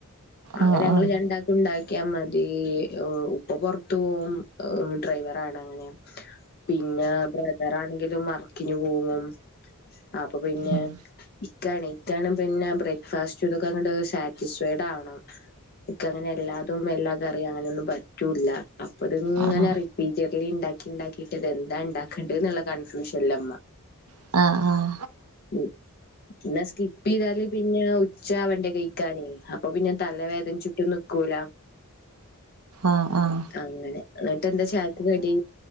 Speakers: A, on the left; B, on the right.
A: അങ്ങനെ
B: ആഹ്
A: ഞങ്ങള്
B: ആഹ്
A: രണ്ടാ ഉണ്ടാക്യാ മതി... ഓ ഉപ്പ പൊറ്ത്തോവും ഡ്രൈവറാണ് അങ്ങനെ പിന്നെ.. ബ്രദറാണെങ്കിലും വർക്കിനു പോകും അപ്പ് പിന്നെ
B: ഉം
A: എണിക്കാനും പിന്നെ ബ്രേക്ക്ഫാസ്റ്റും തൊക്കെ ങ്ങണ്ട് സാറ്റിസ്ഫൈഡാവണം ഇക്ക്‌ അങ്ങനെ എല്ലാതും എല്ലാ കറി അങ്ങനൊന്നുംപ റ്റുല്ല അപ്പ ത് ങ്ങനെ
B: ആഹ്
A: റിപ്പിജെറ്ലി ണ്ടാക്കിണ്ടാക്കിട്ട് എന്താ ഇണ്ടാക്കണ്ട്ള്ള കൺഫ്യൂഷല്ലമ്മ
B: ആആ ആഹ് ആഹ്
A: ഉ പിന്നെ സ്കിപ്പിയ്താല് പിന്നെ ഉച്ചാ വേണ്ടേ കഴിക്കാന് അപ്പ പിന്നെ തലവേദന്ച്ചിട്ടും നിക്കൂല
B: ആആഹ്
A: അങ്ങനെ ന്നെട്ടെ ന്താ ചായക്ക്‌ കടി